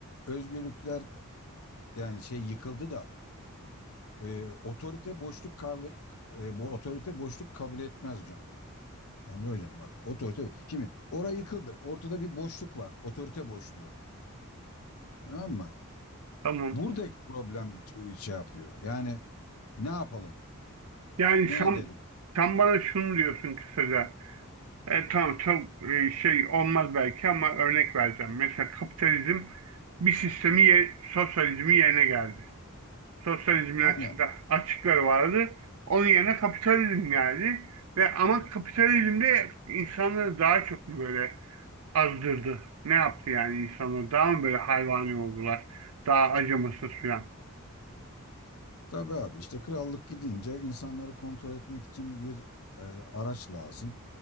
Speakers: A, on the left; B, on the right.
A: özgürlükler yani şey yıkıldı da e, otorite boşluk kavga- e, bu otorite boşluk kabul etmez hocam. Emre hocam bak otorite. Şimdi orayı yıkıldı. Ortada bir boşluk var. Otorite boşluğu. Tamam mı?
B: tamam.
A: Buradaki problem şey yapıyor. Yani ne yapalım?
B: Yani
A: Ne
B: sen,
A: edelim?
B: sen bana şunu diyorsun kısaca. E, tamam çok e, şey olmaz belki ama örnek vereceğim. Mesela kapitalizm bir sistemi, ye- sosyalizmi yerine geldi. sosyalizmin
A: Aynen.
B: açıkla, açıkları vardı. Onun yerine kapitalizm geldi. Ve ama kapitalizm de insanları daha çok mu böyle azdırdı? Ne yaptı yani insanları? Daha mı böyle hayvani oldular? Daha acımasız filan.
A: Tabii abi işte krallık gidince insanları kontrol etmek için bir e, araç lazım.